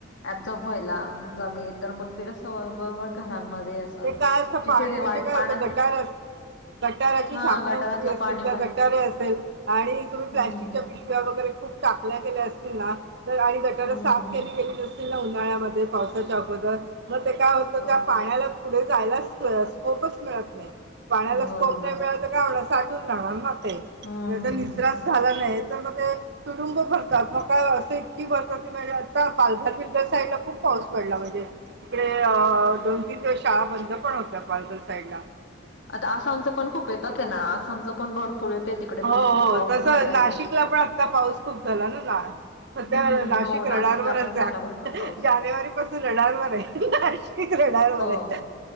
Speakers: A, on the left; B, on the right.
A: बझॉर्ब व्हायला जमेतर मग ते कसं बरोबर घरांमध्ये असं
B: ते काय असतं
A: जिथे
B: पाणी
A: ते
B: म्हणजे
A: वाट
B: काय
A: पाण्यात
B: असतं गटारच गटाराची
A: हां,
B: झाकणं
A: गटारातलं
B: उघडी असेल
A: पाणी
B: त्या
A: बाहेर.
B: गटारी असेल. आणि तुम्ही प्लॅस्टिकच्या
A: हं,
B: पिशव्या वगैरे खूप टाकल्या गेल्या असतील ना तर आणि गटारं
A: हं.
B: साफ केली गेली नसेल नां उन्हाळ्यामध्ये पावसाच्या अगोदर मग ते काय होतं
A: हो,
B: त्या पाण्याला जास्तच स्कोपच मिळत नाही पाण्याला
A: बरोबर.
B: स्कोप नाही मिळत तर काय होणार साठून राहणार ते.
A: हं.
B: ज्याचा निस्रास झाला नाही तर मग ते तुडुंब भरतात म काय असं इतकी भरतात की म्हणजे आता पालघर विद्या साईडला खूप पाऊस पडला म्हणजे ते अं दोन- तीन दिवस शाळा बंद पण होत्या पालघर साईड ला
A: आता आसामच पण खूप येत होते नां आसामच पण भरपूर येते तिकडे
B: हो,
A: पण
B: हो.
A: खूप पाऊस
B: तसं
A: झालाय.
B: नाशिकला पण आता पाऊस खूप झालेलायं ना सध्या
A: हम्म
B: नाशिक
A: हो नाशिकला
B: रडारवरचयं
A: पण झाला भरपूर पाऊस.
B: जानेवारी पासून रडारवरयं नाशिकि रडारवरयं.
A: हों.